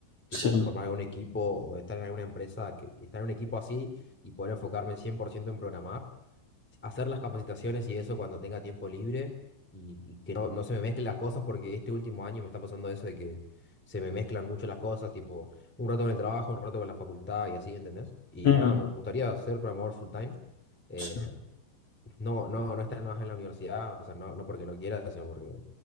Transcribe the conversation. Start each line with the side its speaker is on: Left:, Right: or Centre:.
Centre: tipo
Left: Sí.
Centre: formar algún equipo o estar en alguna empresa, que, estar en un equipo así y poder enfocarme 100% en programar. hacer las capacitaciones y eso cuando tenga tiempo libre y, y que no, no se me mezclen las cosas porque este último año me está pasando eso de que se me mezclan mucho las cosas, tipo un rato con el trabajo, un rato con la facultad y así, ¿entendés? Y
Left: Mm,
Centre: nada, me gustaría ser programador full time. eh,
Left: sí,
Centre: no, no, no estar más en la universidad, o sea, no, no porque no quiera, sino porque